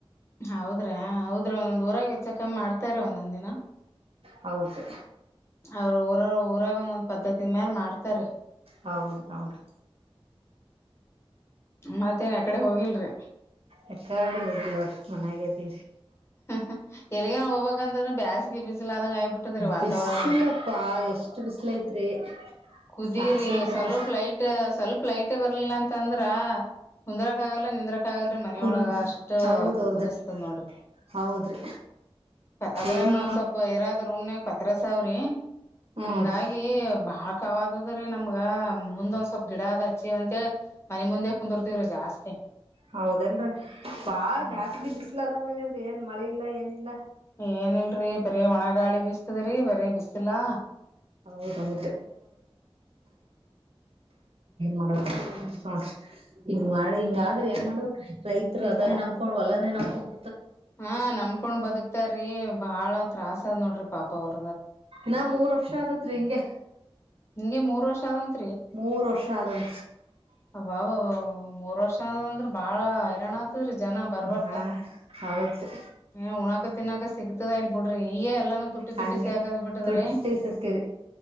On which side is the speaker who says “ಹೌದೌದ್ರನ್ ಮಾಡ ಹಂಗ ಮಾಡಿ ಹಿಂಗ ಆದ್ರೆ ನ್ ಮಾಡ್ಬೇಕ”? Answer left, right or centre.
Right